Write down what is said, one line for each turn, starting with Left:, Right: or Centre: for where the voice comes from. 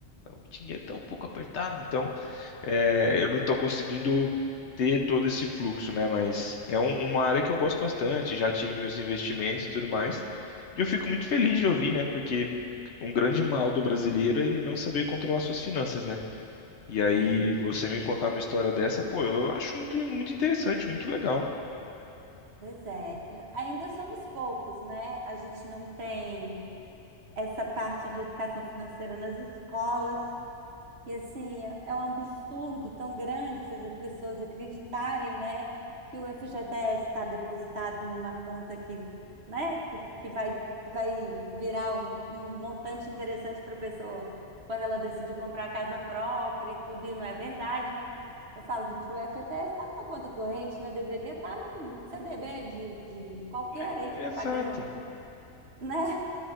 Left: O dinheiro tá um pouco apertado, então é, eu não estou conseguindo ter todo esse fluxo, né? Mas é um- uma área que eu gosto bastante, já tive meus investimentos e tudo mais. E eu fico muito feliz de ouvir, né? Porque um grande mal do brasileiro é ele não saber controlar suas finanças, né? E aí
Right: Sim,
Left: você me contar uma história dessa, pô, eu acho muito, muito interessante, muito legal.
Right: pois é. Eu- Ainda somos poucos, né? A gente não tem essa parte de educação financeira nas escolas. E assim, é um absurdo tão grande fazer as pessoas acreditarem, né, que o FGTS está depositado numa conta que, né, que, que vai, que vai virar um, um montante interessante para a pessoa quando ela decide comprar a casa própria e tudo, e não é verdade, né? Eu falo, gente, o FGTS está numa conta corrente, né? Deveria estar tá num CDB de, de qualquer
Left: É,
Right: aí que está
Left: é exato.
Right: pagando, né?